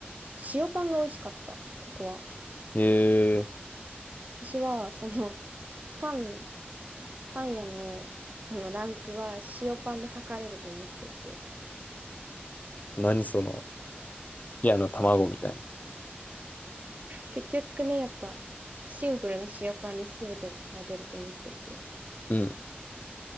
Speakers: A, on the right (about 40°); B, on the left (about 45°).
A: 塩パンが美味しかった、ここは。
B: へえ。
A: 私は、その、パン、パン屋の、そのランクは塩パンで測れると思っていて、
B: 何その。いや、あの、卵みたいな。
A: 結局ね、やっぱ、シンプルな塩パンに全てが出ると思っていて、
B: うん。